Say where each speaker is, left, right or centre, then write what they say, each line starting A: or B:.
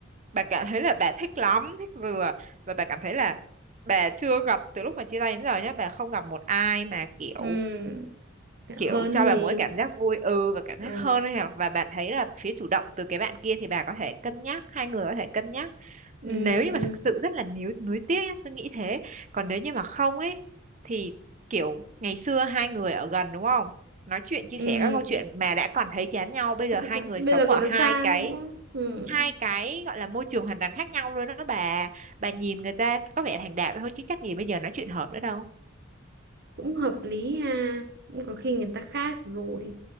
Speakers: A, on the right (about 35°); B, on the right (about 55°).
A: bà cảm thấy là bà thích lắm, thích vừa và bà cảm thấy là bà chưa gặp từ lúc mà chia tay đến giờ nhá, bà không gặp một ai mà kiểu
B: ừ hơn
A: kiểu cho
B: thì
A: bà một cái cảm giác vui ừ và cảm
B: ờ,
A: giác hơn ấy hả? và bạn thấy là phía chủ động từ cái bạn kia thì bà có thể cân nhắc hai người có thể cân nhắc
B: ừ
A: nếu như mà thực sự rất là níu nuối tiếc nhá, tôi nghĩ thế còn nếu như mà không ấy thì kiểu ngày xưa hai người ở gần đúng không nói chuyện chia
B: ừ
A: sẻ các câu chuyện mà đã còn thấy chán nhau bây giờ
B: Áp
A: hai
B: với chạm.
A: người
B: bây
A: sống
B: giờ còn
A: ở
B: nó
A: hai
B: xa
A: cái
B: nữa ừ.
A: hai cái gọi là môi trường hoàn toàn khác nhau luôn đó bà bà nhìn người ta có vẻ thành đạt thôi chứ chắc gì bây giờ nói chuyện hợp nữa đâu
B: cũng hợp lý ha cũng có khi người ta khác rồi